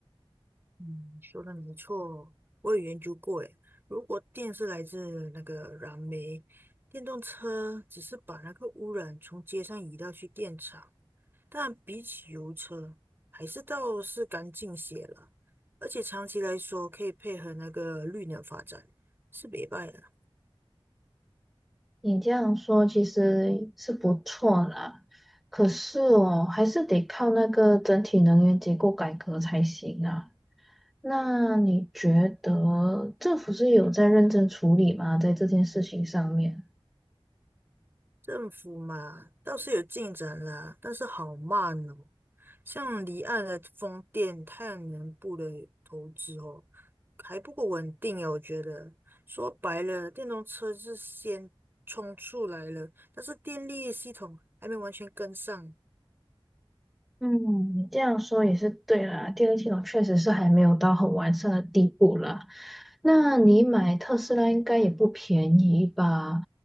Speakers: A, on the right; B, in the centre.
A: 嗯，说的没错，我有研究过，诶，如果电是来自那个燃煤，电动车只是把那个污染从街上移到去电厂。但比起油车，还是倒是干净些了，而且长期来说可以配合那个绿能发展，是没败了。
B: 你这样说其实是不错啦，可是哦，还是得靠那个整体能源结构改革才行啊。那你觉得政府是有在认真处理吗？在这件事情上面？
A: 政府嘛，倒是有进展啦，但是好慢哦。像离岸的风电、太阳能部的投资哦，还不够稳定啊，我觉得。说白了，电动车是先冲出来了，但是电力系统还没完全跟上，
B: 嗯，你这样说也是对啦，电力系统确实是还没有到很完善的地步啦。那你买特斯拉应该也不便宜吧？